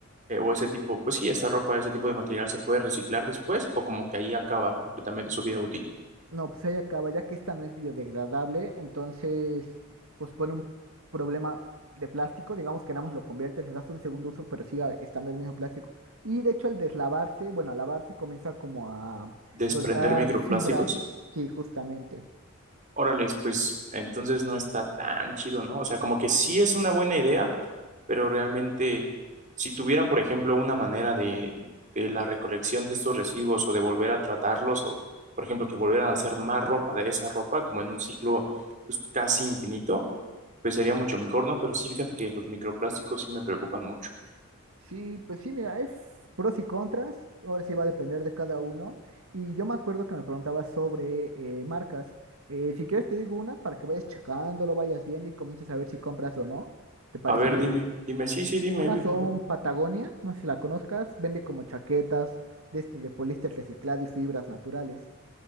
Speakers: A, on the right; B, on the right.
A: eh, o ese tipo, pues sí, esta ropa, ese tipo de material se puede reciclar después o como que ahí acaba completamente su vida útil?
B: No, pues ahí acaba, ya que esta no es biodegradable, entonces, pues pone un problema de plástico, digamos que nada más lo conviertes, le das un segundo uso, pero sigue estando el mismo plástico. Y de hecho, al deslavarse, bueno, al lavarse comienza como a
A: ¿Desprender
B: soltar
A: microplásticos?
B: fibras, sí, justamente.
A: Órales, pues entonces no está tan chido, ¿no? O sea, como que sí es una buena idea, pero realmente si tuvieran, por ejemplo, una manera de, de la recolección de estos residuos o de volver a tratarlos o, por ejemplo, que volvieran a hacer más ropa de esa ropa, como en un ciclo pues, casi infinito, pues sería mucho mejor, ¿no? Pero sí, fíjate que los microplásticos sí me preocupan mucho.
B: Sí, pues sí, mira, es pros y contras, ahora sí va a depender de cada uno. Y yo me acuerdo que me preguntabas sobre eh, marcas. Eh, si quieres te digo unas para que vayas checándolo, vayas viendo y comiences a ver si compras o no. ¿Te parecería?
A: A ver, dime, dime, sí, sí, dime.
B: Unas
A: ve,
B: son
A: a ver.
B: Patagonia, no sé si la conozcas, vende como chaquetas de, este, de poliéster reciclado y fibras naturales.